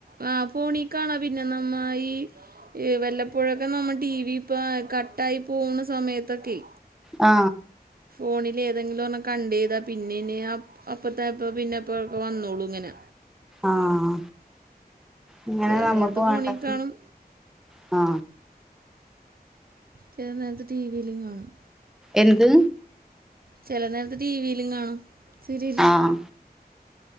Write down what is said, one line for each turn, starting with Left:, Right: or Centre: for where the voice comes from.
Right: ആ ഫോണി കാണാം പിന്നെ നമ്മ ഈ വല്ലപ്പോഴൊക്കെ നമ്മ ടി വി ഇപ്പം കട്ടായി പോവണ സമയത്തൊക്കേ
Centre: ആ
Right: ഫോണില് ഏതെങ്കിലും ഒരെണ്ണം കണ്ടെയ്താ പിന്നെനീ അപ്പ് അപ്പത്തെപ്പാ പിന്നെപ്പഴക്കൊ വന്നോളും ഇങ്ങനെ
Centre: ആഹ് ഇങ്ങനെ
Right: ചില
Centre: നമ്മക്ക്
Right: നേരത്ത്
Centre: വാണ്ടെ
Right: ഫോണിൽ കാണും
Centre: ഹാ
Right: ചെല നേരത്ത് ടിവിയിലും കാണും
Centre: എന്ത്
Right: ചെല നേരത്ത് ടിവിയിലും കാണും. സീരിയല്.
Centre: ആഹ്